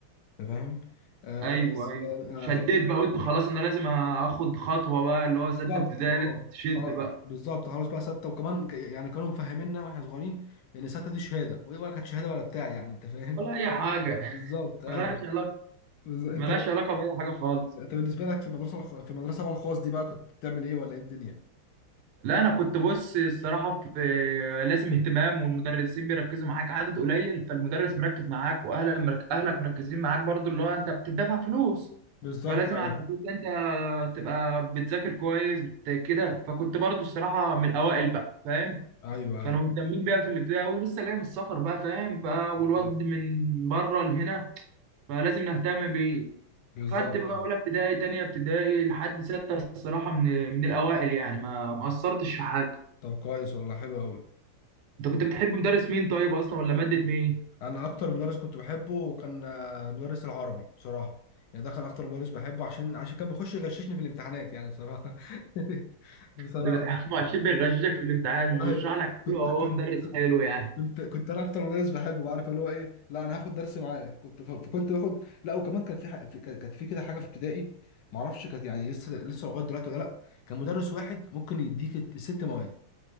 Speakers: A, on the left; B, on the right.
A: انت فاهم آه
B: ايوه
A: بس
B: ايوه
A: ف- آه،
B: شديت
A: فدي
B: بقى قلت خلاص انا لازم اخد خطوه بقى اللي هو سته
A: بالظبط
B: ابتدائي
A: اه
B: لازم تشد
A: خلاص-
B: بقى
A: بالظبط خلاص بقى سته وكمان ك- يعني كانوا مفهميننا واحنا صغيرين ان سته دي شهاده وهي ولا كانت شهاده ولا بتاع يعني انت فاهم
B: ولا اي حاجه
A: بالظبط
B: <laughs>
A: ايوه
B: ملهاش علاقه
A: بالظبط. انت
B: ملهاش علاقه باي حاجه خالص
A: انت بالنسبه لك في المدرسه الخ- في المدرسه بقى الخاص دي بقى كنت بتعمل ايه ولا ايه الدنيا
B: لا انا كنت بص الصراحه في لازم اهتمام والمدرسين بيركزوا معاك عدد قليل فالمدرس مركز معاك واهلك مرك... اهلك مركزين معاك برضو اللي هو انت بتدفع فلوس
A: بالظبط
B: فلازم
A: ايوه
B: على اساس ده انت تبقى بتذاكر كويس بت- كده فكنت برضو الصراحه من الاوائل بقى فاهم
A: ايوه
B: كانوا
A: ايوه
B: مهتمين بيها في الابتدائي قوي لسه جاي من السفر بقى فاهم ف
A: بالظبط
B: والواد من بره لهنا فلازم نهتم بيه
A: بالظبط
B: خدت بقى اولى ابتدائي تانية ابتدائي لحد ستة الصراحة من من الاوائل يعني ما ما قصرتش في حاجة
A: طب كويس والله حلو قوي
B: انت كنت بتحب مدرس مين طيب اصلا ولا مادة مين
A: انا اكتر مدرس كنت بحبه كان آه، مدرس العربي بصراحه يعني ده كان اكتر مدرس بحبه عشان عشان كان بيخش يغششني في الامتحانات يعني بصراحه <laughs> بصراحه
B: انت بتحبه <laughs> عشان بيغششك في الامتحان مش بيشرح
A: ايوه
B: لك
A: كنت
B: حلو أو
A: كنت
B: هو مدرس حلو يعني
A: كنت كنت انا اكتر مدرس بحبه عارف اللي هو ايه لا انا هاخد درس معاه كنت ف- فكنت باخد لا وكمان كان في ح... في- كان- كانت في كده حاجه في ابتدائي ما اعرفش كانت يعني لسه لسه لغايه دلوقتي ولا لا كان مدرس واحد ممكن يديك الست مواد